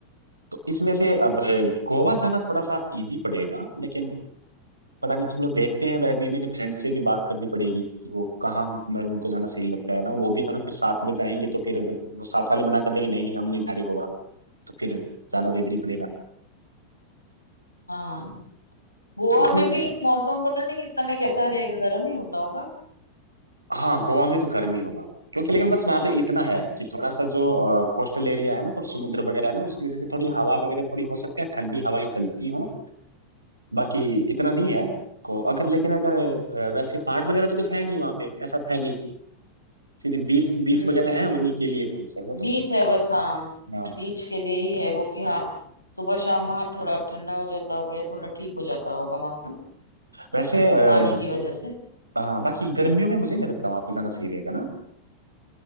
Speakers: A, on the right (about 85°); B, on the left (about 90°).
A: तो इसमें से
B: अच्छा
A: अब अ, गोवा जाना थोड़ा सा इजी पड़ेगा लेकिन पता नहीं तुम लोग देखते हैं वह भी मैंने फ्रेंड से भी बात करनी पड़ेगी कि वो कहाँ मतलब उनको जाना सही लगता है ना वो भी तो ना फिर साथ में जाएंगे तो फिर अगर वो साथ वाले मना कर देंगे नहीं नहीं हम नहीं जा रहे गोवा तो फिर जाना तो इधर ही पड़ेगा
B: हाँ गोवा
A: तो इसमें
B: में भी मौसम पता नहीं इस समय कैसा रहेगा गर्म ही होता होगा
A: हाँ गोवा में तो गर्मी होगा क्योंकि लेकिन बस वहां पे इतना है कि थोड़ा सा जो कोस्टल एरिया है ना तो समुद्र वगैरह है ना उसकी वजह से थोड़ी हवा वगैरह थोड़ी हो सकती है ठंडी हवाएं चलती हों बाकी
B: हम्म
A: इतना नहीं है को अगर लेकिन अगर अ, वैसे पहाड़ वगैरह तो कुछ है नहीं वहां पे ऐसा तो है नहीं सीधे बीच बीच
B: हम्म
A: वगैरह है उन्हीं के लिए है वैसे वो
B: बीच
A: तो
B: है बस हाँ
A: हाँ
B: बीच के लिए ही है वो कि हाँ सुबह शाम वहां थोड़ा ठंडा हो जाता होगा या थोड़ा ठीक हो जाता होगा मौसम
A: वैसे अ,
B: पानी की वजह से
A: हाँ बाकी गर्मियों में मुझे नहीं लगता वहां पे जाना सही रहेगा ना